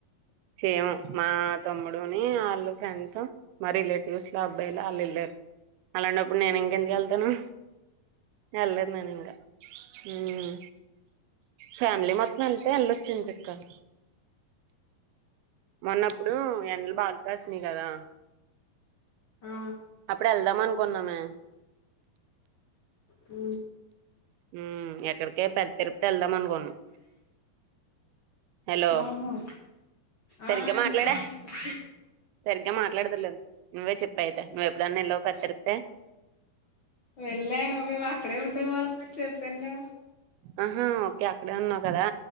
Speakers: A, on the right; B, on the left.
A: చేము మా తమ్ముడుని వాళ్ళు ఫ్రెండ్స్ మా రిలేటివ్స్ లో అబ్బాయిలు వాళ్ళు వెళ్ళారు అలాంటప్పుడు నేను ఇంకెందుకు వెళ్తాను వెళ్లేను నేను ఇంకా ఉమ్ ఫ్యామిలీ మొత్తం వెళ్తే వెళ్ళొచ్చు ఏం చక్కను మొన్నప్పుడు ఎండలు బాగాసినయ్ కదా
B: ఆ
A: అప్పుడు వెళ్దామనుకున్నామే
B: ఊ
A: ఊ ఎక్కడికే పెద్ద తిరుపతి వెళ్దాం అనుకోన్నాం హలో
B: ఆహా
A: సరిగా
B: ఆ వినపడుతుంది
A: మాట్లాడే సరిగ్గా మాట్లాడతలేదు నువ్వే చెప్ అయితే నువ్ ఎప్పుడైన ఎలవ కతిరపతే
B: వెళ్ళాను మేము అక్కడే ఉండేవాళ్ళం అని చెప్పాను కదా
A: ఆహా ఓకే అక్కడే ఉన్నావు కదా